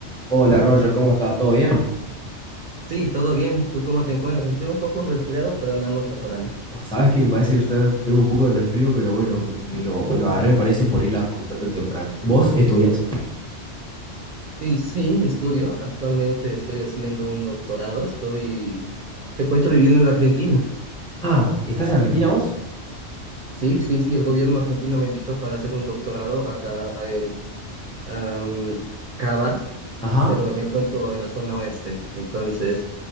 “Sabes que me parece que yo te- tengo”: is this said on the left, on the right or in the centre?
Centre